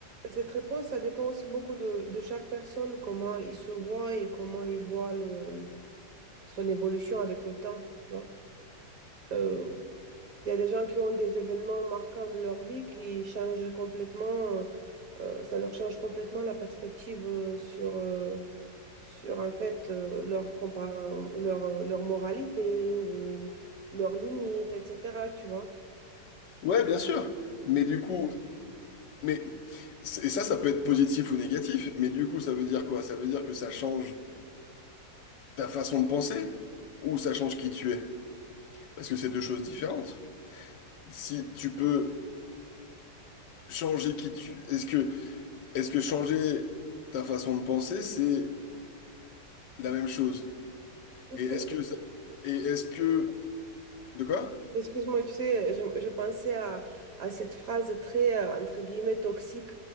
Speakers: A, on the right (about 50°); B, on the left (about 75°).
A: cette réponse, ça dépend aussi beaucoup de, de chaque personne, comment il se voit et comment il voit le, son évolution avec le temps, tu vois. Euh, Il y a des gens qui ont des événements marquants de leur vie qui changent complètement, euh, ça leur change complètement la perspective euh, sur, euh, sur en fait, euh, leur, compa- leur, leur moralité ou leurs limites, etc., tu vois.
B: Ouais, bien sûr. Mais du coup, mais et ça, ça peut être positif ou négatif. Mais du coup, ça veut dire quoi? Ça veut dire que ça change ta façon de penser ou ça change qui tu es? Parce que c'est deux choses différentes. Si tu peux changer qui tu, est-ce que est-ce que changer ta façon de penser, c'est la même chose?
A: Donc,
B: Et
A: c'est-
B: est-ce que ça, et est-ce que de quoi?
A: Excuse-moi, tu sais, je, je pensais à, à cette phrase très, euh, entre guillemets, toxique,